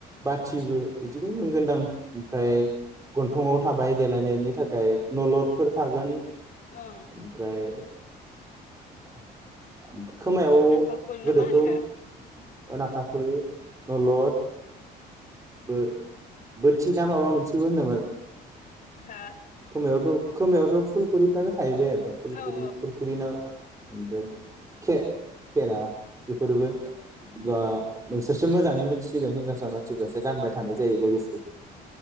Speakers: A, on the right (about 20°); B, on the left (about 50°).
A: बा थिबो बिदिबो मोनगोनदां ओमफ्राय गन्थंआव थाबाय देलायनायनि थाखाय नलदफोर थागोन
B: ओं
A: ओमफ्राय <inaudible> खोमायाव
B: नाफाखुल
A: गोदोथ'
B: ना मा होनो
A: ओ नाखाफुल नलद बो बोथि ना माबा मोनसेबो होनोमोन
B: हो
A: खोमायावथ' खोमायावथ' फुखुरिफ्रानो थाहैबाय आरो फलखुरि
B: हो औ
A: खुरखुरि ना ओमफ्राय खे-खेरा बेफोरबो जा
B: औ
A: नोंसो लसो मोजाङै मोन थिसिगोन हनजावसा मानसिफ्रासो गानबाय थानाय जायो लोगोसे